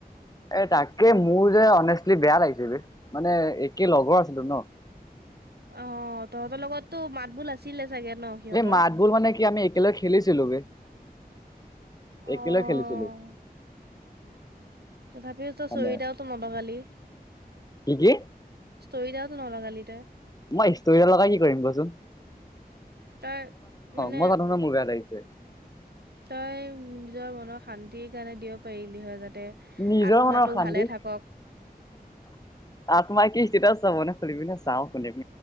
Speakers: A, on the left; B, on the right.
A: এ তাকে মোৰ যে অনেষ্টলি বেয়া লাগিছিল মানে একে লগৰ আছিলো ন।
B: অ', তহঁতৰ লগতো মাত বোল আছিলে চাগে। ন সিহঁতৰ?
A: মাত বোল মানে কি আমি একেলগে খেলিছিলোঁ বে।
B: অ'
A: একেলগে খেলিছিলো।
B: তথাপিও তই
A: মানে
B: ষ্ট'ৰী এটাওতো নলগালি।
A: কি কি
B: ষ্টৰি এটাও টো ন'লগালি তই।
A: মই ষ্টুৰি এটা লগাই কি কৰিম ক চোন?
B: তই মানে
A: মই জানো ন মোৰ বেয়া লাগিছে
B: তই নিজৰ মনৰ শান্তিৰ কাৰণে দিব পাৰিলি হয় যাতে
A: নিজৰ
B: আত্মাটো
A: মনৰ অশান্তি
B: ভালে থাকক।
A: আত্মাই কি ষ্টেটাছ চাবনে খুধিবি নে চাওঁ শুনিবি